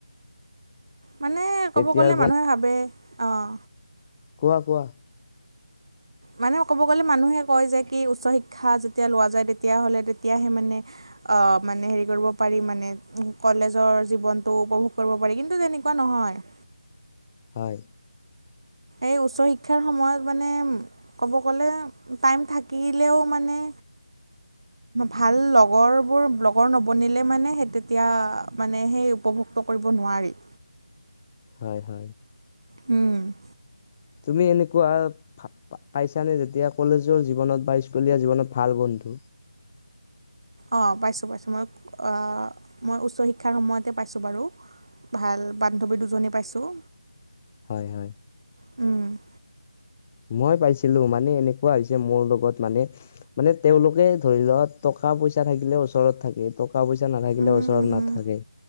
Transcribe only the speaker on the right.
মানে ক'ব
গ'লে মানুহে ভাবে অঁ
মানুহে ক'ব গ'লে মানুহে কয় যে কি উচ্চ শিক্ষা যেতিয়া লোৱা যায় তেতিয়াহ'লে তেতিয়াহে মানে আহ মানে হেৰি কৰিব পাৰি মানে কলেজৰ জীৱনটো উপভোগ কৰিব পাৰি কিন্তু তেনেকুৱা নহয়।
এই উচ্চ শিক্ষাৰ সময়ত মানে ক'ব গ'লে টাইম থাকিলেও মানে
ভাল লগৰবোৰ লগৰ নবনিলে মানে সেই তেতিয়া মানে সেই উপভোগ <unintelligible> কৰিব নোৱাৰি।
উম!
অঁ! পাইছোঁ-পাইছোঁ মই অহ মই উচ্চ শিক্ষাৰ সময়তে পাইছোঁ বাৰু। ভাল বান্ধৱী দুজনী পাইছোঁ।
উম
উম
উম
উম